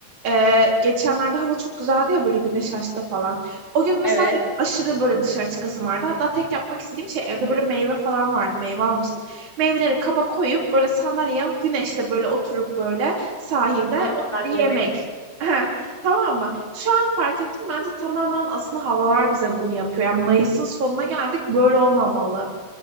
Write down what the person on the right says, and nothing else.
Ee, geçenlerde hava çok güzeldi ya böyle güneş açtı falan. O gün mesela
benim aşırı böyle dışarı çıkasım vardı. Hatta tek yapmak istediğim şey evde böyle meyve falan vardı. Meyve almıştım. Meyveleri kaba koyup böyle sandalyeye alıp güneşte böyle oturup böyle sahilde
onları
yemek.
Heh, tamam mı? Şu an fark ettim. Bence tamamen aslında havalar bize bunu yapıyor. Yani Mayıs'ın sonuna geldik. Böyle olmamalı.